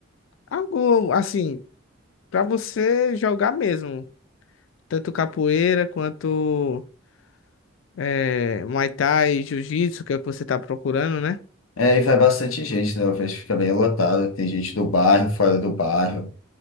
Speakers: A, on the left; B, on the left.
A: Algo assim, para você jogar mesmo, tanto capoeira quanto eh, Muay Thai, Jiu-Jitsu, que é o que você tá procurando, né?
B: É, e vai bastante gente, né? Eu vejo que fica bem lotado. Tem gente do bairro, fora do bairro.